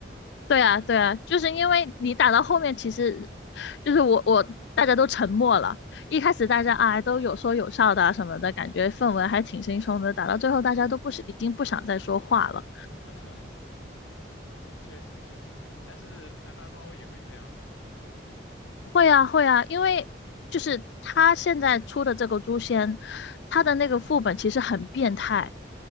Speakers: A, on the left (about 65°); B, on the left (about 85°).
A: 对啊，对啊，就是因为你打到后面，其实就是我我大家都沉默了，一开始大家啊都有说有笑的啊什么的，感觉氛围还挺轻松的，打到最后大家都不是已经不想再说话了。
B: <laughs> 确实确实，但是 MMO 也会这样吗？
A: 会啊，会啊，因为就是他现在出的这个诛仙，他的那个副本其实很变态，